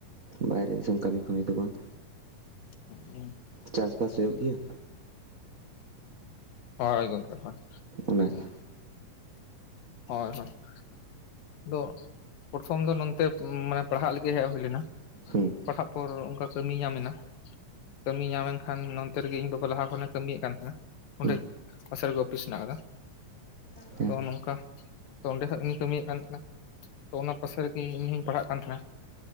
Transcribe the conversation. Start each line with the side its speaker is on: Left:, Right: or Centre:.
Right: ᱵᱟᱭᱨᱮ ᱫᱤᱥᱚᱢ ᱠᱟᱹᱢᱤ ᱠᱟᱢᱤ ᱫᱚ ᱵᱟᱝ,
Left: <unintelligible>
Right: ᱪᱟᱥᱵᱟᱥ ᱦᱩᱭᱩᱜ ᱜᱮᱭᱟ?
Left: ᱦᱳᱭ ᱜᱚᱢᱠᱮ ᱦᱚᱭ ᱾
Right: ᱚᱱᱟᱜᱮ
Left: ᱦᱳᱭ ᱦᱳᱭ ᱾ ᱫᱚ ᱯᱨᱚᱨᱚᱛᱷᱚᱢ ᱫᱚ ᱱᱚᱛᱮ ᱢᱟᱱᱮ ᱯᱟᱲᱦᱟᱜ ᱞᱟᱹᱜᱤᱫ ᱦᱮᱡ ᱦᱩᱭ ᱞᱮᱱᱟ᱾
Right: ᱦᱮᱸ
Left: ᱯᱟᱲᱦᱟᱜ ᱯᱚᱨ ᱚᱱᱠᱟ ᱠᱟᱹᱢᱤ ᱧᱟᱢ ᱮᱱᱟ, ᱠᱟᱹᱢᱤ ᱧᱟᱢ ᱮᱱᱠᱷᱟᱱ ᱱᱚᱱᱛᱮ ᱨᱮᱜᱮ ᱤᱧ ᱵᱟᱵᱟ ᱞᱟᱦᱟ ᱠᱷᱚᱱᱮ ᱠᱟᱹᱢᱤᱭᱮᱫ ᱠᱟᱱ ᱛᱟᱦᱮᱱᱟ ᱚᱸᱰᱮ
Right: ᱦᱮᱸ
Left: <inaudible> ᱨᱮᱜᱮ ᱚᱯᱷᱤᱥ ᱦᱮᱱᱟᱜ ᱟᱠᱟᱫᱟ
Right: ᱦᱮᱸ
Left: ᱛᱚ ᱱᱚᱝᱠᱟ ᱛᱚ ᱚᱸᱰᱮ ᱠᱷᱚᱡ ᱤᱧ ᱠᱟᱹᱢᱤᱭᱮᱫ ᱠᱟᱱ ᱛᱟᱦᱮᱟᱦᱮᱱᱟ ᱛᱚ ᱚᱱᱟ ᱯᱟᱥᱮ ᱨᱮᱜᱮ ᱤᱧ ᱦᱚᱧ ᱯᱟᱲᱦᱟᱜ ᱠᱟᱱ ᱛᱟᱦᱮᱱᱟ᱾